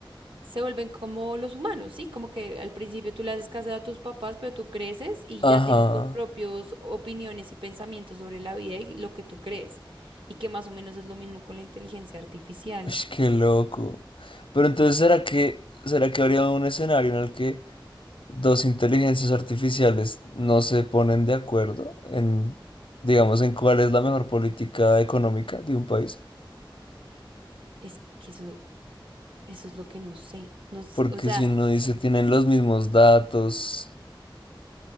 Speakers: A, on the right (about 80°); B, on the left (about 80°).
A: se vuelven como los humanos, ¿sí? Como que al principio tú le haces caso a tus papás, pero tú creces y
B: ajá,
A: ya tienes tus propios opiniones y pensamientos sobre la vida y lo que tú crees. Y que más o menos es lo mismo con la inteligencia artificial.
B: es que loco. Pero entonces, ¿será que, será que habría un escenario en el que... dos inteligencias artificiales no se ponen de acuerdo en, digamos, en cuál es la mejor política económica de un país,
A: Es que eso, eso es lo que no sé. No, s-
B: porque
A: o sea,
B: si uno dice tienen los mismos datos,